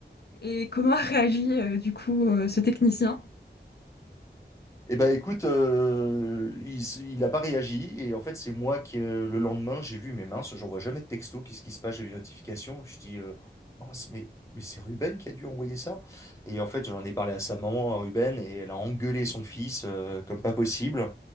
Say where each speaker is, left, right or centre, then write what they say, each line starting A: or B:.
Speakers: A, on the left; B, on the left.
A: Et comment a réagi, euh, du coup, euh, ce technicien?
B: Eh ben écoute, euh, il, s- il a pas réagi et en fait c'est moi qui euh, le lendemain j'ai vu mes minces, j'envoie jamais de texto, qu'est-ce qui se passe? J'ai eu une notification, je dis euh, mince mais mais c'est Ruben qui a dû envoyer ça. Et en fait j'en ai parlé à sa maman, à Ruben, et elle a engueulé son fils euh, comme pas possible.